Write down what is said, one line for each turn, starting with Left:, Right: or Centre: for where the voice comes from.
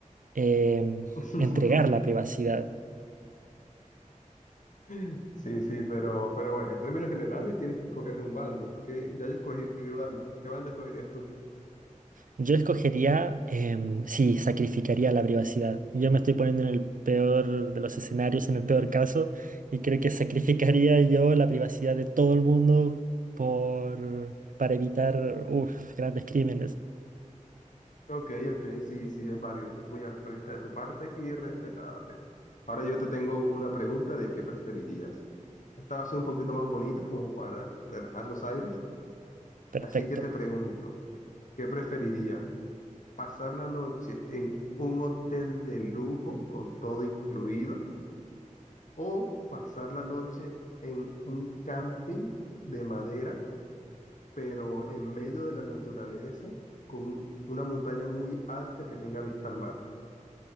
Right: em,
Left: <laughs>
Right: entregar la privacidad.
Left: Sí. Sí, sí, pero, pero bueno, en términos generales tienes que escoger un bando. Que ya yo escogí mi bando. ¿Qué bando escogerías tú?
Right: Yo escogería, em, sí, sacrificaría la privacidad. Yo me estoy poniendo en el peor de los escenarios, en el peor caso, y creo que sacrificaría yo la privacidad de todo el mundo por, para evitar, uf, grandes crímenes.
Left: Ok, ok, sí, sí, es válido, es muy altruista de tu parte y respetable. Ahora yo te tengo una pregunta de qué preferirías. Esta va a ser un poquito más bonita como para relajar los aires,
Right: Perfecto.
Left: así que te pregunto, ¿qué preferirías? pasar la noche en un hotel de lujo con todo incluido o pasar la noche en un camping de madera, pero en medio de la naturaleza con una montaña muy alta que tenga vista al mar.